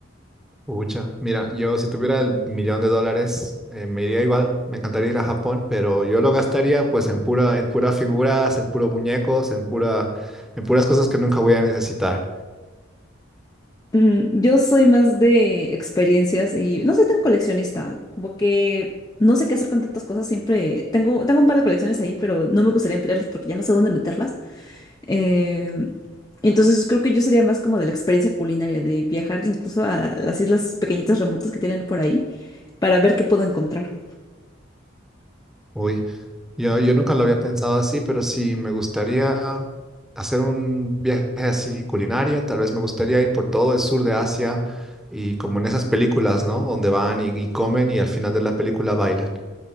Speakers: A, in the centre; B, on the left.
A: Ucha, mira, yo si tuviera el millón de dólares, eh, me iría igual, me encantaría ir a Japón, pero yo lo gastaría pues en pura, en pura figuras, en puros muñecos, en pura, en puras cosas que nunca voy a necesitar.
B: Mm, Yo soy más de experiencias y no soy tan coleccionista, como que no sé qué hacer con tantas cosas, siempre tengo, tengo un par de colecciones ahí, pero no me gustaría emplearlas porque ya no sé dónde meterlas. Eh, entonces creo que yo sería más como de la experiencia culinaria, de viajar incluso a las islas pequeñitas remotas que tienen por ahí para ver qué puedo encontrar.
A: Uy, yo, yo nunca lo había pensado así, pero sí me gustaría hacer un viaje así culinario. Tal vez me gustaría ir por todo el sur de Asia y como en esas películas, ¿no? Donde van y, y comen y al final de la película bailan.